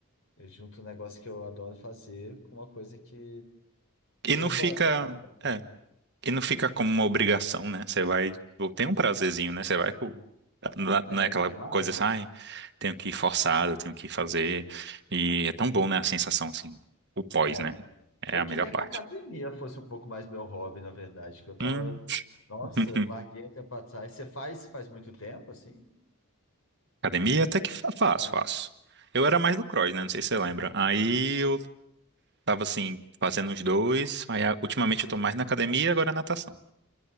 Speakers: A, on the left (about 65°); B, on the right (about 50°).
A: Eu junto um negócio que eu adoro fazer com uma coisa que,
B: E
A: que
B: não
A: é bom.
B: fica.
A: de fazer,
B: é.
A: né?
B: E não fica como uma obrigação, né? Você vai, ou tem um prazerzinho, né? Você vai pro. na-
A: É
B: Não é aquela
A: demais.
B: coisa assim, ai, tenho que ir forçado, tenho que fazer. E é tão bom, né? A sensação, assim, o pós,
A: É.
B: né? É
A: Eu
B: a
A: queria
B: melhor parte.
A: que a academia fosse um pouco mais meu hobby, na verdade, que eu tava.
B: Hum.
A: Nossa,
B: <laughs>
A: eu larguei um tempo atrás. Você faz faz muito tempo, assim?
B: Academia até que fa- faço,
A: É.
B: faço. Eu era mais do cross, né? Não sei se você lembra. Aí eu tava, assim, fazendo os dois. Aí a- ultimamente eu tô mais na academia, agora natação.